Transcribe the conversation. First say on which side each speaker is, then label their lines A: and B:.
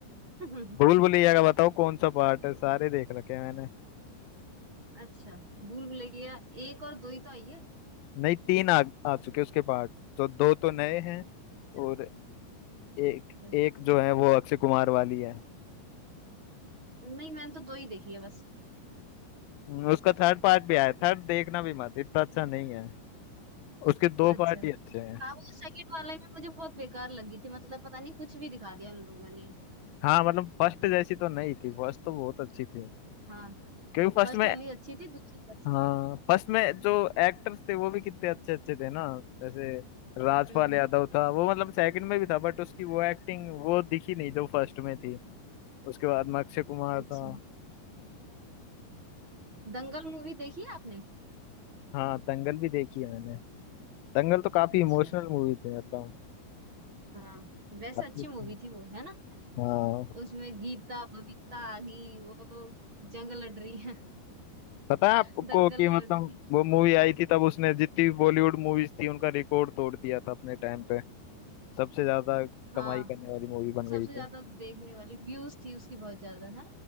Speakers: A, on the right; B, on the left.
A: <laughs>
B: भूल भुलैया का बताओ कौन सा पार्ट है सारे देख रखे हैं मैंने
A: अच्छा भूल भुलैया एक और दो ही तो आई है
B: नहीं तीन आ, आ चुके उसके पार्ट तो दो तो नए हैं
A: अच्छा
B: और एक
A: अच्छा।
B: एक जो है वो अक्षय कुमार वाली है
A: नहीं मैंने तो दो ही देखी है बस
B: हम्म, उसका थर्ड पार्ट भी आया थर्ड देखना भी मत इतना अच्छा नहीं है उसके दो
A: अच्छा
B: पार्ट ही अच्छे हैं
A: हाँ वो सेकंड वाले में मुझे बहुत बेकार लगी थी मतलब पता नहीं कुछ भी दिखा दिया उन लोगों ने
B: हाँ मतलब फर्स्ट जैसी तो नहीं थी फर्स्ट तो बहुत अच्छी थी
A: हाँ
B: क्योंकि फर्स्ट
A: फर्स्ट
B: में
A: वाली अच्छी थी दूसरी अच्छी
B: हाँ फर्स्ट में जो एक्टर्स थे वो भी कितने अच्छे अच्छे थे ना जैसे राजपाल
A: हम्म
B: यादव था वो मतलब सेकंड में भी था बट उसकी वो एक्टिंग वो दिखी नहीं जो फर्स्ट में थी उसके बाद में अक्षय कुमार
A: अच्छा
B: था
A: दंगल मूवी देखी है आपने
B: हाँ दंगल भी देखी है मैंने दंगल तो काफी
A: अच्छा
B: इमोशनल मूवी थी मतलब
A: हाँ वैसे
B: काफी
A: अच्छी
B: अच्छी।
A: मूवी थी वो है ना
B: हाँ
A: उसमें गीता बबीता आगी वो जंग लड़ रही है
B: पता
A: <laughs>
B: है आपको
A: दंगल
B: कि मतलब
A: लड़ रही
B: वो मूवी आई थी तब उसने जितनी भी बॉलीवुड मूवीज थी उनका रिकॉर्ड तोड़ दिया था अपने टाइम पे सबसे ज्यादा कमाई
A: हाँ
B: करने वाली मूवी बन
A: सबसे
B: गई थी
A: ज्यादा देखने वाली व्यूज थी उसकी बहुत ज्यादा है ना